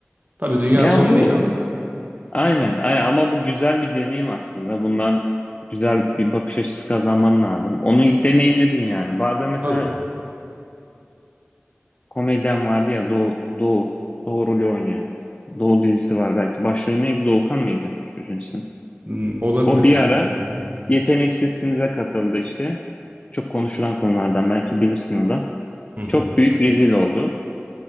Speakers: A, on the right (about 40°); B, on the left (about 30°).
A: Tabii dünya
B: Ya
A: son
B: bu
A: değil ama
B: aynen ay- ama bu güzel bir deneyim aslında. Bundan güzel bir bakış açısı kazanman lazım. Onu deneyimledin yani. Bazen mesela
A: tabii
B: komedyen vardı ya Doğu, Doğu, Doğu rolü oynuyor. Doğu dizisi var belki. Başrolü neydi? Doğukan mıydı çocuğun ismi?
A: hmm, olabilir.
B: O bir ara
A: Hı hı.
B: Yeteneksizsinize katıldı işte. Çok konuşulan konulardan belki bilirsin o da.
A: Hı hı.
B: Çok büyük rezil oldu.